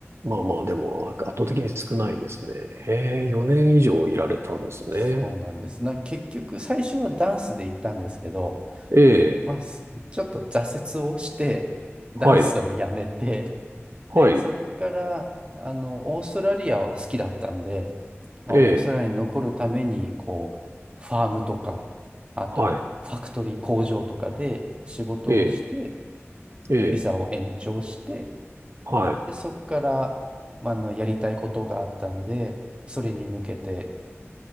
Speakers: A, on the right; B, on the right.
A: まあまあ、でも、なんか圧倒的に少ないですね。へえ、4年以上いられたんですね。
B: そうなんです。な、結局、最初はダンスで行ったんですけど、
A: ええ、
B: まあ、すちょっと挫折をして、ダンスをやめて、
A: はい。はい。
B: で、そっから、あの、オーストラリアは好きだったんで、まあ、
A: ええ。
B: オーストラリアに残るために、こう、ファームとか、あと、
A: はい。
B: ファクトリー工場とかで仕事をして、
A: ええ。ええ。
B: ビザを延長して、
A: はい。
B: で、そっから、まあ、あの、やりたいことがあったんで、それに向けて、